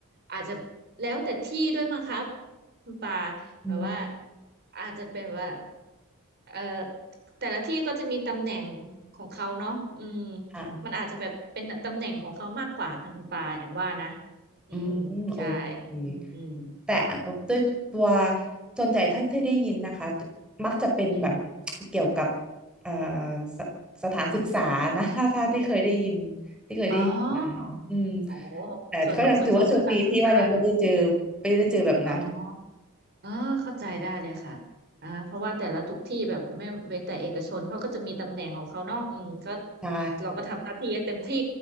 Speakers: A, on the right (about 50°); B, in the centre.
A: อาจจะแล้วแต่ที่ด้วยมั้งครับคุณปา
B: อืม
A: แบบว่าอาจจะเป็นว่าเอ่อแต่ละที่ก็จะมีตำแหน่งของเขาเนาะอืม
B: ค่ะ
A: มันอาจจะแบบเป็นตำแหน่งของเขามากกว่าค่ะคุณปาแอมว่านะอืมใช่
B: อืมโอเค
A: อืมอืม
B: แต่ด้วยตัวส่วนใหญ่ถ้าที่ได้ยินนะคะมักจะเป็นแบบ
A: อืม
B: เกี่ยวกับเอ่อสสถานศึกษานะถ้าถ้าที่เคยได้ยินที่เคยได้ยินมาอืม
A: อ๋ออ๋อ
B: แต่ก็ยังถือว่าโชคดีที่ว่ายังไม่ได้เจอ
A: ส่วนส่วนของสถานศึกษา
B: ไม่ได้เจอแบบนั้น
A: อ๋อ อ่าเข้าใจได้เลยค่ะอ่าเพราะว่าแต่ละทุกที่แบบไม่เว้นแต่เอกชนเขาก็จะมีตำแหน่งของเขาเนาะอืมก็
B: ใช่
A: เราก็ทำหน้าที่ให้เต็มที่